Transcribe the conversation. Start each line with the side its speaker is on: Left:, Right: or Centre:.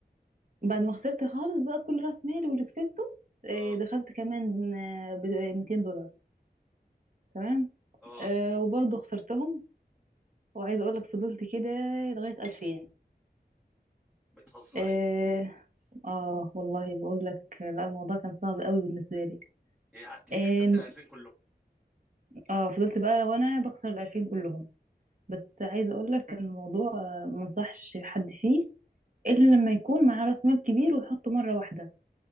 Right: بعد ما خسرت خالص بقى كل راس مالي واللي كسبته آه،
Centre: اه
Right: دخلت كمان آه، ب 200 دولار تمام
Centre: اه
Right: آه، وبرضه خسرتهم وعايزه اقول لك فضلت كده لغايه 2000
Centre: بتهزري
Right: اه آه، والله بقول لك لا الموضوع كان صعب قوي بالنسبه لي
Centre: يعني قعدت
Right: اه
Centre: خسرت ال 2000 كلهم
Right: آه، فضلت بقى وانا بخسر ال 2000 كلهم بس عايزه اقول لك ان الموضوع آه، ما انصحش حد فيه الا لما يكون معاه راس مال كبير ويحطه مره واحده